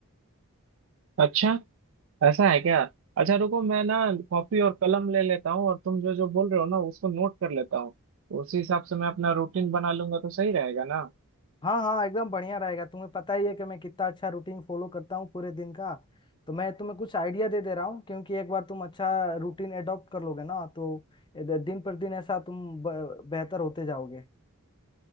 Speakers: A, on the right; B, on the left.
A: अच्छा ऐसा है क्या अच्छा रुको मैं ना कॉपी और कलम ले लेता हूँ और तुम जो जो बोल रहे हो ना उसको नोट कर लेता हूँ उसी हिसाब से मैं अपना रूटीन बना लूंगा तो सही रहेगा ना
B: हाँ हाँ एकदम बढ़िया रहेगा तुम्हें पता ही है कि मैं कितना अच्छा रूटीन फॉलो करता हूँ पूरे दिन का तो मैं तुम्हें कुछ आइडिया दे दे रहा हूँ क्योंकि एक बार तुम अच्छा रूटीन एडॉप्ट कर लोगे ना तो दिन पर दिन ऐसा तुम ब- बेहतर होते जाओगे